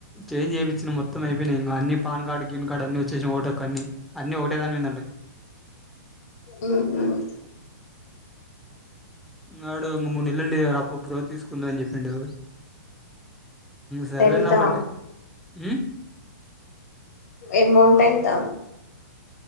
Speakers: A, in the centre; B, on the left (about 65°).
A: చెంజెపిత్ వచ్చిన మొత్తం అయిపోయినా. ఇంగా అన్ని పాన్ కార్డు, గిన్ కార్డు అన్ని వచ్చేస్నయ్. ఓటక్ అన్ని, అన్ని ఒకటే దాని మీన్ద ఉండయ్.
B: ఉహ్మ్మ్
A: ఇ ఎడు మూ ఇల్ండివ అప్పుబబ్్ర <unintelligible> తీసుకుందా అని చెప్పిండు సరేలే
B: ఎంత
A: నా బర్డే హ్మ్మ్
B: అమౌంట్ ఎంత